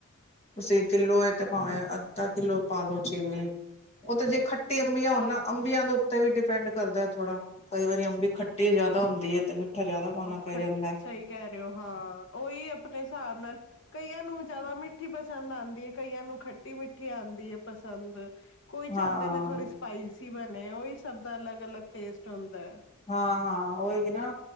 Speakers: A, on the left; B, on the left.
A: ਤੁਸੀਂ ਕਿਲੋ ਹੈ ਤੇ ਭਾਵੇਂ ਅਧਾ ਕਿੱਲੋ ਪਾਾਲੋ ਚੀਨੀ ਉਹ ਤੇ ਜੇ ਖੱਟੀ ਅੰਬੀਆਂ ਹੋ ਨਾ ਅੰਬੀਆਂ ਦੇ ਉੱਤੇ ਵੀ ਡਿਪੈਂਡ ਕਰਦਾ ਥੋੜਾ, ਕਈ ਵਾਰੀ ਅੰਬੀ ਖੱਟੀ ਜਿਆਦਾ ਹੁੰਦੀ ਹੈ ਤੇ ਮਿੱਠਾ ਜਿਆਦਾ ਪਾਉਣਾ ਪੈ
B: ਖੱਟ
A: ਜਾਂਦਾ ਹੈ।
B: ਸਹੀ ਕਹਿ ਰਹੇ ਹੋ ਹਾਂ ਉਹੀ ਆਪਣੇ ਹਿਸਾਬ ਨਾਲ। ਕਈਆਂ ਨੂੰ ਜ਼ਿਆਦਾ ਮਿੱਠੀ ਪਸੰਦ ਆਉਂਦੀ ਹੈ ਕਈਆਂ ਨੂੰ ਖੱਟੀ- ਮਿੱਠੀ ਆਉਂਦੀ ਹੈ ਪਸੰਦ। ਕੋਈ
A: ਹਾਂ
B: ਚਾਹੁੰਦੇ ਨੇ ਥੋੜੀ ਸਪਾਈਸੀ ਬਣੇ ਉਹੀ ਸਭ ਦਾ ਅਲੱਗ- ਅਲਗ ਟੇਸਟ ਹੁੰਦਾ ਹੈ।
A: ਹਾਂ- ਹਾਂ ਓ ਹੀ ਗੀ ਨਾ।